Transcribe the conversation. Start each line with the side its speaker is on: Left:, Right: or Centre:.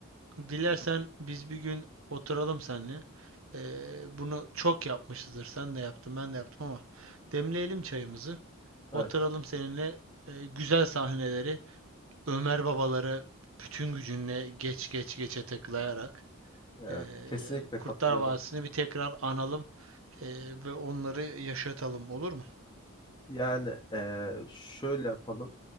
Right: dilersen biz bir gün oturalım seninle. Ee, bunu çok yapmışızdır. Sen de yaptın, ben de yaptım ama demleyelim çayımızı.
Left: Evet.
Right: Oturalım seninle e, güzel sahneleri, Ömer babaları bütün gücünle geç geç geçe takılayarak
Left: Evet.
Right: e,
Left: Kesinlikle
Right: Kurtlar
Left: katılıyorum.
Right: Vadisi'ni bir tekrar analım e, ve onları yaşatalım olur mu?
Left: Yani eee, şöyle yapalım.